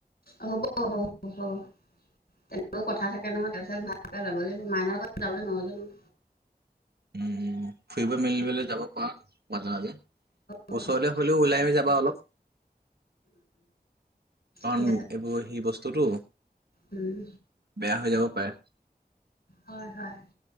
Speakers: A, on the left; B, on the right.
A: হ'ব, হ'ব, হ'ব, হ'ব। তেনেকেও কথা থাকে নহয়, তাৰপিছত ভালকে যাব লাগিব মানুহ আগত যাবলে নহলে নোৱাৰোঁ যে মই।
B: উম, ফুৰিব মেলিবলে যাব পাৰা। মাজে, মাজে।
A: অ
B: ওচৰলে হ'লেও ওলাই মেলি যাবা অলপ। কাৰণ
A: ঠিক আছে
B: এইবোৰ হেই বস্তুটো।
A: উম।
B: বেয়া হৈ যাব পাৰে।
A: হয়, হয়।